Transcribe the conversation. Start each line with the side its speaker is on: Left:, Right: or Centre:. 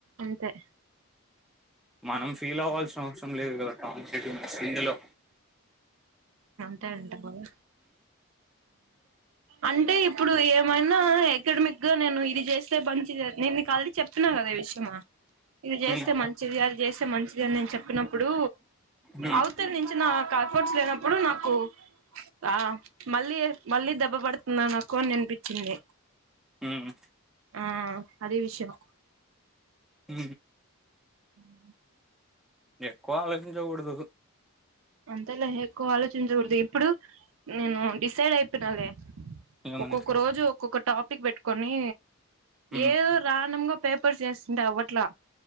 Right: అంతే
Centre: మనం ఫీల్ అవ్వాల్సిన అవసరం లేదు కదాక్కా సింగ్ లో
Right: ఉంటదంట బాబో అంటే ఇప్పుడు ఏమైనా ఎకడమిక్ గా నేను ఇది చేస్తే మంచిది నేను నీకి ఆల్రెడీ చెప్పిన కదా ఈ విషయము ఇది చేస్తే
Centre: హ్మ్.
Right: మంచిది అది చేస్తే మంచిది అని నేను చెప్పినప్పుడు
Centre: హ్మ్.
Right: అవతల నుంచి నా కా <unintelligible> ఫ్రూట్స్ లేనప్పుడు నాకు ఆ మళ్ళీ మళ్ళీ దెబ్బ పడుతుందా నాకు అని అనిపించింది
Centre: హ్మ్
Right: ఆ అది విషయం
Centre: ఉ
Right: <inaudible>
Centre: ఎక్కువ ఆలోచించకూడదు
Right: అంతేలే ఎక్కువ ఆలోచించకూడదు ఇప్పుడు నేను డిసైడ్ అయిపోయినాలే
Centre: ఏమని
Right: ఒక్కొక్కరోజు ఒక టాపిక్ పెట్టుకొనీ
Centre: హ్మ్
Right: ఏదో రాండమ్ గ పేపర్స్ చేస్తుంటే అవ్వట్లా